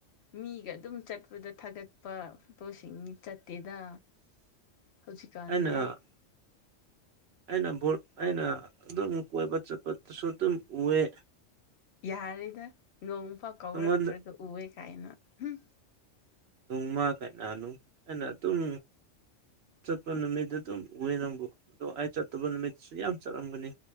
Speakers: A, on the left; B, on the right.
A: ꯃꯤꯒ ꯑꯗꯨꯝ ꯆꯠꯄꯗ ꯊꯥꯒꯠ ꯄꯥ ꯐꯣꯇꯣꯁꯤꯡꯅꯤ ꯆꯠꯇꯦꯗ ꯍꯧꯖꯤꯛꯀꯥꯟꯗꯤ
B: ꯑꯩꯅ ꯑꯥ ꯑꯩꯅ ꯕꯨ ꯑꯩꯅ ꯑꯗꯨꯝ ꯀꯣꯏꯕ ꯆꯠꯄꯗꯁꯨ ꯑꯗꯨꯝ ꯎꯑꯦ
A: ꯌꯥꯔꯦꯗ ꯅꯣꯡꯐꯥꯎ ꯀꯧꯔꯛꯇ꯭ꯔꯒ
B: ꯅꯪꯉꯣꯟꯗ
A: ꯎꯑꯦ ꯀꯥꯏꯅ ꯍꯨꯝ
B: ꯅꯣꯡꯃ ꯀꯩꯅꯥꯅꯨ ꯑꯩꯅ ꯑꯗꯨꯝ ꯆꯠꯄ ꯅꯨꯃꯤꯠꯇ ꯑꯗꯨꯝ ꯍꯋꯦ ꯅꯪꯕꯨ ꯑꯗꯣ ꯑꯩ ꯆꯠꯇꯕ ꯅꯨꯃꯤꯠꯇꯁꯨ ꯌꯥꯝ ꯆꯠꯂꯝꯒꯅꯤ